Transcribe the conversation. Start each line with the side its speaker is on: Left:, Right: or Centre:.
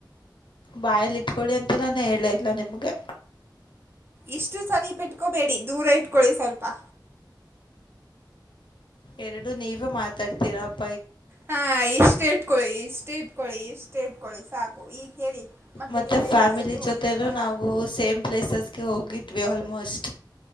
Left: ಬಾಯಲಿ ಇಟ್ಕೊಳ್ಳಿ ಅಂತ ನಾನು ಹೇಳೇ ಇಲ್ಲ ನಿಮ್ಗೆ
Right: ಇಷ್ಟ ಸನಿಪ ಇಟ್ಕೋಬೇಡಿ ದೂರ ಇು ಕಳಿ ಸರಪಾ
Left: ಎರಡು ನೀವು ಮಾತ್ರ ತರ್ತಿರಪ್ಪ
Right: ಹಾ ಇ ಸ್ಟೇಟ್ ಕೊೊಳ್ಳಿ ಸ್ಟೇಟ್ ಕೊಳಿಷ್ಟ ಷ್ಟ ಇಡ್ಕೊಳ್ಳಿ ಸಾಕು ಈಗ ಹೇಳಿ
Left: ಮತ್ತೆ
Right: ನೀವು ಪೇರೆಂಟ್ಸ್
Left: ಫ್ಯಾಮಿಲಿ
Right: ಜೊತೆ ಹೋಗಿದ್ದೀರಾ
Left: ಜೊತೆೇನು ನಾವು ಸೇಮ್ ಪ್ಲೇಸಸ್ಗೆ ಹೋಗಿದವಿ ವ ಆಲ್ಮೋಸ್ಟ್